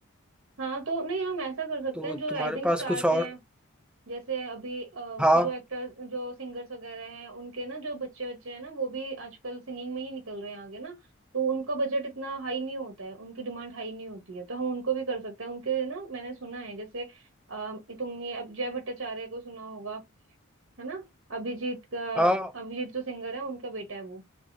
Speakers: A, on the right (about 60°); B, in the centre.
A: हाँ तो नहीं हम ऐसा कर सकते
B: तो
A: हैं जो
B: तुम्हारे
A: राइजिंग
B: पास
A: स्टार्स
B: कुछ और
A: हैं जैसे अभी अ,
B: हाँ
A: जो एक्टर्स जो सिंगर्स वगैरह हैं उनके ना जो बच्चे बच्चे हैं ना वो भी आजकल सिंगिंग में ही निकल रहे हैं आगे ना तो उनका बजट इतना हाई नहीं होता है उनकी डिमांड हाई नहीं होती है तो हम उनको भी कर सकते हैं उनके ना मैंने सुना है जैसे अ, तुमने अब जय भट्टाचार्य को सुना होगा है ना अभिजीत का
B: हाँ
A: अभिजीत जो सिंगर है उनका बेटा है वो